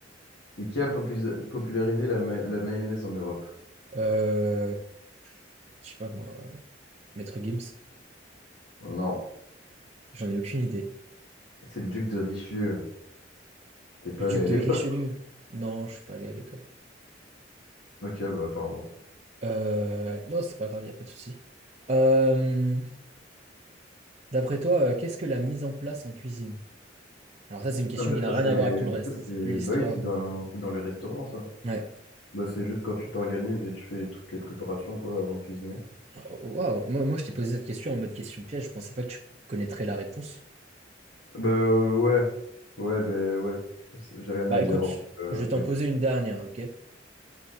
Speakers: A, on the left; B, on the right.
A: Et qui a popus- popularisé la, ma- la mayonnaise en Europe?
B: Euh, je sais pas moi, Maître Gims,
A: Non,
B: j'en ai aucune idée.
A: c'est le duc de Richelieu. T'es pas
B: Le duc
A: allé à
B: de
A: l'école.
B: Richelieu, non, je suis pas allé à l'école.
A: Ok, bah pardon.
B: Euh, non, c'est pas grave, y a pas de souci. Euh, d'après toi, euh, qu'est-ce que la mise en place en cuisine? Alors ça, c'est une question
A: Ah bah
B: qui n'a
A: ça c'est...
B: rien à voir avec tout le reste,
A: ça, c'est-
B: hein, c'est plus l'histoire.
A: Bah oui, c'est dans... c'est dans les restaurants, ça.
B: Ouais,
A: Bah, c'est juste quand tu t'organises et tu fais toutes les préparations quoi avant de cuisiner.
B: Oh, oh, waouh, Moi, moi je t'ai posé cette question en mode question piège, je pensais pas que tu connaîtrais la réponse.
A: Bah euh, ouais, ouais, bah ouais. C'est- J'ai rien
B: Bah
A: à dire
B: écoute,
A: en fait. Euh,
B: je vais t'en
A: oui.
B: poser une dernière, ok?